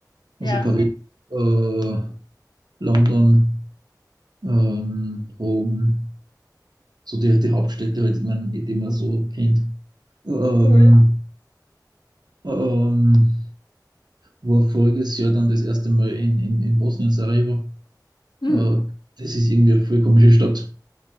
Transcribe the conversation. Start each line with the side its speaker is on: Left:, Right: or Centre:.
Right: Also
Left: Ja,
Right: Paris, äh, London, ähm, Rom. so die, die Hauptstädte, halt, ich mein, die man so kennt. Ähm,
Left: cool.
Right: ähm, war voriges Jahr dann das erste Mal in, in, in Bosnien, Sarajevo.
Left: Hm.
Right: Äh, das ist irgendwie eine voll komische Stadt,